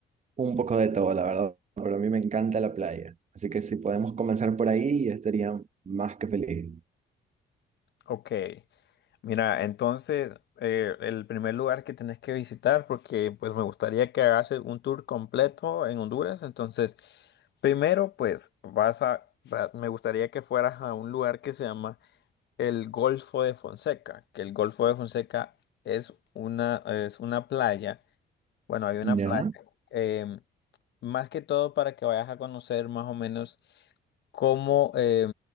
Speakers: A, on the right (about 35°); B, on the left (about 60°).
A: Un poco de todo, la verdad, pero a mí me encanta la playa. Así que si podemos comenzar por ahí, yo estaría más que feliz.
B: Ok, mira, entonces eh, el primer lugar que tenés que visitar, porque pues me gustaría que hagas un tour completo en Honduras, entonces primero pues vas a, va- me gustaría que fueras a un lugar que se llama el Golfo de Fonseca, que el Golfo de Fonseca es una, es una playa, bueno, hay una
A: Ya,
B: playa, em, más que todo para que vayas a conocer más o menos cómo, eh,